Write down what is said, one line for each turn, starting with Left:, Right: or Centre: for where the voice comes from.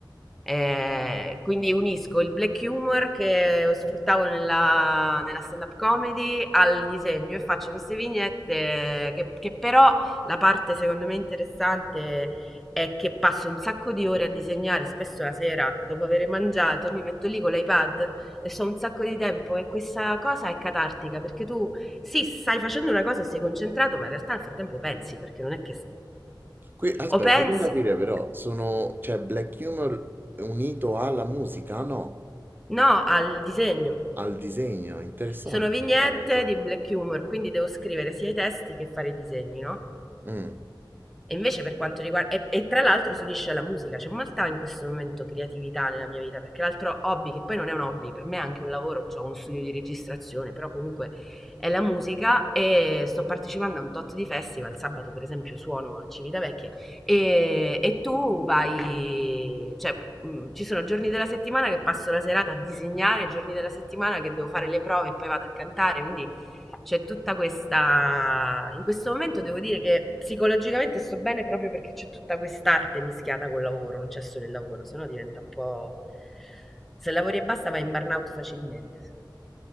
Centre: eh, quindi unisco il black humor che sfruttavo nella, nella stand-up comedy al disegno e faccio queste vignette che, che però la parte secondo me interessante è che passo un sacco di ore a disegnare, spesso la sera dopo aver mangiato mi metto lì con l'iPad e so un sacco di tempo e questa cosa è catartica perché tu sì, stai facendo una cosa e sei concentrato, ma in realtà nel frattempo pensi perché non è che
Right: Qui, aspetta,
Centre: o pensi
Right: voglio capire però, sono, cioè, Black Humor unito alla musica? No,
Centre: no al disegno
Right: al disegno, interessante
Centre: Sono vignette
Right: questa cosa.
Centre: di black humor, quindi devo scrivere sia i testi che fare i disegni, no?
Right: Mm.
Centre: E invece per quanto riguarda... E, e tra l'altro si unisce alla musica, c'è molta in questo momento creatività nella mia vita, perché l'altro hobby, che poi non è un hobby, per me è anche un lavoro, ho uno studio di registrazione, però comunque è la musica e sto partecipando a un tot di festival, sabato per esempio suono a Civitavecchia e, e tu vai, cioè mh, ci sono giorni della settimana che passo la serata a disegnare, giorni della settimana che devo fare le prove e poi vado a cantare, quindi c'è tutta questa... In questo momento devo dire che psicologicamente sto bene proprio perché c'è tutta quest'arte mischiata col lavoro, non c'è solo il lavoro, sennò diventa un po'... Se lavori e basta vai in burnout facilmente, secondo me.